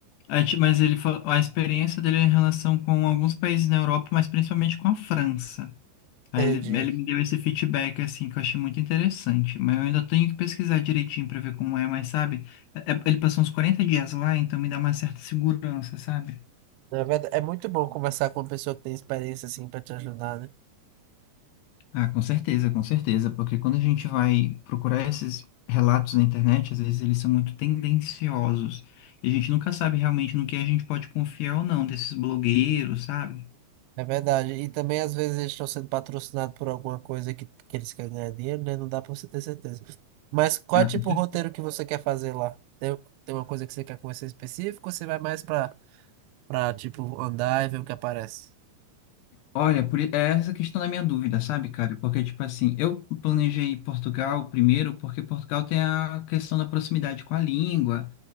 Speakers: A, on the left; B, on the right.
A: Aí, ti- Mas ele falou, a experiência dele é em relação com alguns países na Europa, mas principalmente com a França. Aí
B: Entendi.
A: ele, ele me deu esse feedback assim que eu achei muito interessante, mas eu ainda tenho que pesquisar direitinho pra ver como é, mas sabe, é- é- ele passou uns 40 dias lá, então me dá uma certa segurança, sabe?
B: Na verdade, é muito bom conversar com uma pessoa que tem experiência, assim, pra te ajudar, né?
A: Ah, com certeza, com certeza, porque quando a gente vai procurar esses relatos na internet, às vezes eles são muito tendenciosos, e a gente nunca sabe realmente no que a gente pode confiar ou não desses blogueiros, sabe?
B: É verdade. E também, às vezes, eles estão sendo patrocinados por alguma coisa que, que eles querem ganhar dinheiro, né? Não dá pra você ter certeza. Mas qual
A: Ah,
B: é, tipo,
A: com certeza.
B: o roteiro que você quer fazer lá? Tem, tem uma coisa que você quer conhecer específico ou você vai mais pra, pra, tipo, andar e ver o que aparece?
A: Olha, por, i- é essa questão da minha dúvida, sabe, cara? Porque, tipo assim, eu planejei Portugal primeiro, porque Portugal tem a questão da proximidade com a língua.